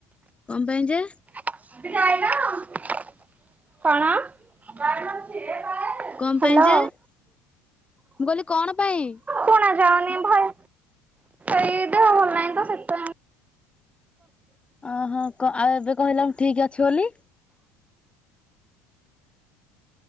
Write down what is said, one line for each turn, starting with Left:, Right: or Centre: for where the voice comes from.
Left: କଣ ପାଇଁ ଯେ?
Right: କଣ?
Left: କଣ
Right: ହ୍ୟାଲୋ।
Left: ପାଇଁ ଯେ ମୁଁ କହିଲି କଣ ପାଇଁ?
Right: ଶୁଣା ଯାଉନି ଭଲ୍ ଏଇ ଦେହ ଭଲ ନାହିଁ ତ ସେଥିପାଇଁ।
Left: ଅ ହୋ କ ଆଉ ଏବେ କହିଲ ଠିକ୍ ଅଛି ବୋଲି।